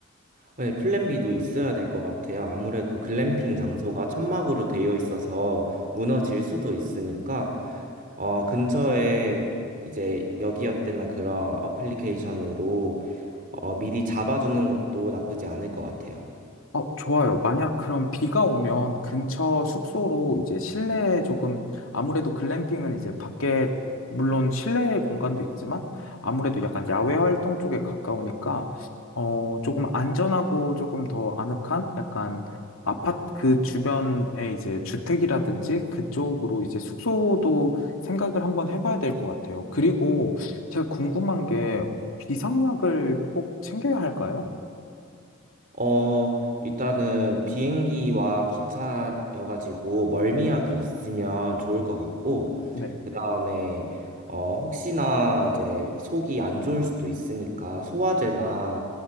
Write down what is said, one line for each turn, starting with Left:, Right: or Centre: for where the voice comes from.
Right: 네, 플랜 B도 있어야 될 것 같아요. 아무래도 글램핑 장소가 천막으로 되어 있어서 무너질 수도 있으니까, 어, 근처에 이제 여기어때나 그런 어플리케이션으로 어, 미리 잡아주는 것도 나쁘지 않을 것 같아요.
Left: 어, 좋아요. 만약 그럼 비가 오면 근처 숙소로 이제 실내에 조금 아무래도 글램핑은 이제 밖에 물론 실내 공간도 있지만 아무래도 약간 야외 활동 쪽에 가까우니까 어, 조금 안전하고 조금 더 아늑한 약간 아파트 그 주변에 이제 주택이라든지 그쪽으로 이제 숙소도 생각을 한번 해봐야 될 것 같아요. 그리고 제가 궁금한 게 비상약을 꼭 챙겨야 할까요?
Right: 어, 일단은 비행기와 기차여가지고 멀미약이 있으면 좋을 것 같고,
Left: 네.
Right: 그다음에 어 혹시나 이제 속이 안 좋을 수도 있으니까 소화제나